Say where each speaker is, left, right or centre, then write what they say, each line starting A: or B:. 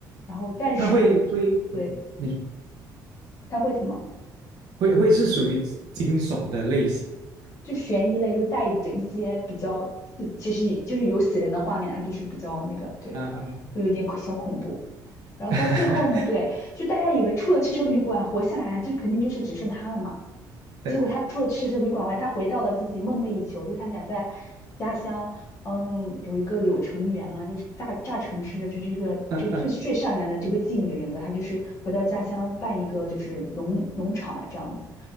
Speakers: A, on the left (about 40°); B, on the right (about 60°).
A: 然后，但是呢，
B: 他会会，
A: 对，
B: 嗯你说
A: 他会什么？
B: 会会是属于惊悚的类型
A: 就悬疑类又带着一些比较，其实就是有死人的画面，它就是比较那个，对，
B: 啊啊啊！
A: 会有一点小恐怖。然后到最后呢，
B: <laughs>
A: 对，就大家以为出了汽车旅馆活下来，就肯定就是只剩他了嘛。
B: 对，
A: 结果他除了去社旅馆外，他回到了自己梦寐以求，就他想在家乡，嗯，有一个柳橙园啊，就是榨榨橙汁的，就是一个这个最最善良的这个妓女人格，
B: 嗯嗯
A: 他就是回到家乡办一个就是农农场嘛这样子。